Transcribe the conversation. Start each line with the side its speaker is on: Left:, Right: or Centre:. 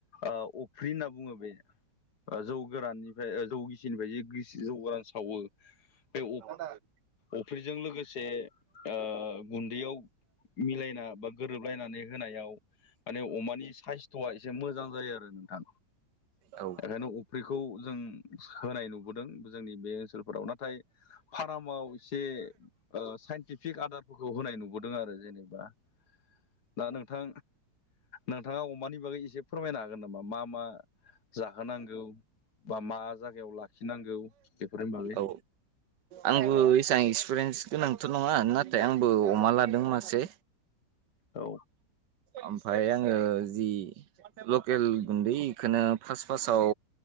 Left: ओ अफ्रि होनना बुङो बे जौ गोराननिफ्राय जौ गिसिनिफ्राय जि गिबि जौ गोरान सावो बे
Right: ना दान
Left: अफ्रिजों लोगो से ओ गुन्दैयाव मिलायना बा गोरोबलायनानै होनायाव माने अमानि साइस्थ'आ एसे मोजां जायो आरो नोंथां
Right: ओब
Left: बेखायनो अफ्रिखौ जों होनाय नुबोदों जोंनि बे ओनसोलफोराव नाथाय फारामाव एसे ओ साइन्टिफिक आदारफोरखौ होनाय नुबोदों आरो जेनेबा दा नोंथां नोंथाङा अमानि बागै एसे फोरमायनो हागोन नामा मा मा जाहोनांगौ बा मा जायगायाव लाखिनांगौ बेफोरनि बागै
Right: औ आंबो एसबां एक्सपिरियेन्स गोनांथ' नङा नाथाय आंबो अमा लादों मासे
Left: औ
Right: ओमफाय आङो जि लकेल गुन्दैखौनो फास फासाव